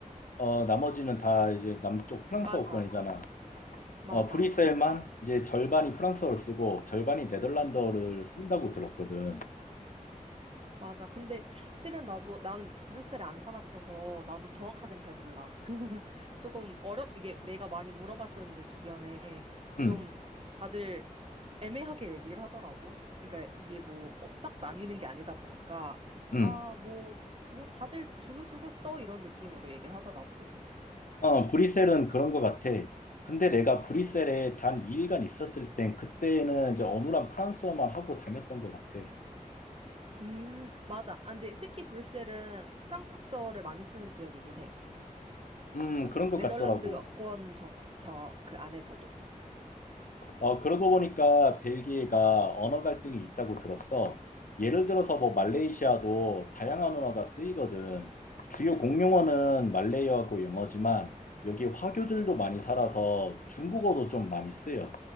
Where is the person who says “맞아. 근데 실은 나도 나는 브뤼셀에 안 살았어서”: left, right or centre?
Right